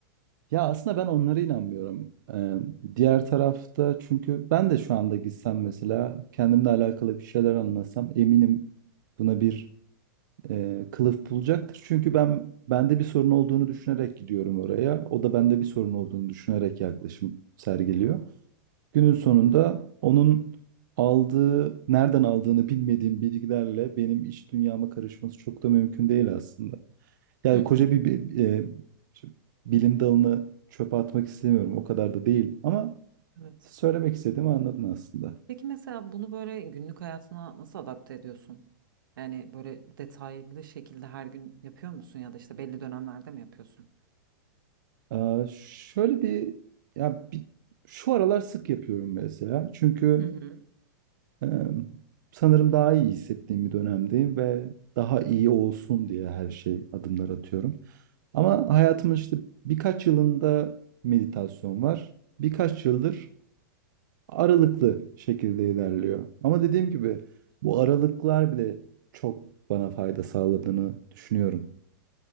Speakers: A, on the right; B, on the right.
A: Ya aslında ben onlara inanmıyorum. Ee, diğer tarafta çünkü ben de şu anda gitsem mesela kendimle alakalı bir şeyler anlasam eminim buna bir e, kılıf bulacaktır. Çünkü ben bende bir sorun olduğunu düşünerek gidiyorum oraya. O da bende bir sorun olduğunu düşünerek yaklaşım sergiliyor. Günün sonunda onun aldığı, nereden aldığını bilmediğim bilgilerle benim iç dünyama karışması çok da mümkün değil aslında. Yani
B: Hı hı.
A: koca bir, bi- e, şimdi bilim dalını çöpe atmak istemiyorum. O kadar da değil. Ama
B: Evet.
A: söylemek istediğimi anladın aslında.
B: Peki mesela bunu böyle günlük hayatına nasıl adapte ediyorsun? Yani böyle detaylı şekilde her gün yapıyor musun ya da işte belli dönemlerde mi yapıyorsun?
A: Ee, şöyle bir ya bir, şu aralar sık yapıyorum mesela. Çünkü
B: Hı hı.
A: e, sanırım daha iyi hissettiğim bir dönemdeyim ve daha iyi olsun diye her şey adımlar atıyorum. Ama hayatımın işte birkaç yılında meditasyon var. Birkaç yıldır Aralıklı şekilde ilerliyor. Ama dediğim gibi bu aralıklar bile çok bana fayda sağladığını düşünüyorum.